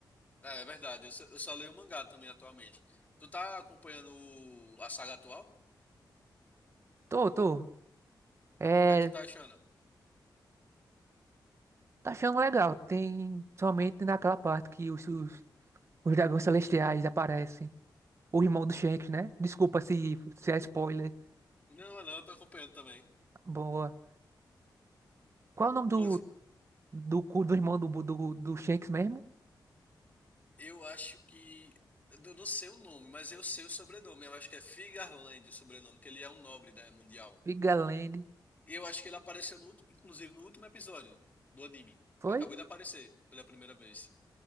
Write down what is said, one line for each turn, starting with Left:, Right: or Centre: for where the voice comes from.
Left: É, é verdade. Eu só, eu só leio o mangá também atualmente. Tu tá acompanhando o- a saga atual?
Right: Tô, tô. É,
Left: E o que é que tu tá achando?
Right: tá achando legal. Tem somente naquela parte que os, os Os dragões celestiais aparecem. O irmão do Shanks, né? Desculpa se, se é spoiler.
Left: Não, não, eu tô acompanhando também.
Right: Boa. Qual é o nome do,
Left: Inclusive,
Right: do, cu- do irmão do, do, do Shanks mesmo?
Left: Eu acho que. Eu não sei o nome, mas eu sei o sobrenome. Eu acho que é Figarland o sobrenome, porque ele é um nobre, né, mundial.
Right: Vigalene.
Left: Eu acho que ele apareceu, no, ulti- inclusive, no último episódio do anime.
Right: Foi?
Left: Acabou de aparecer pela primeira vez.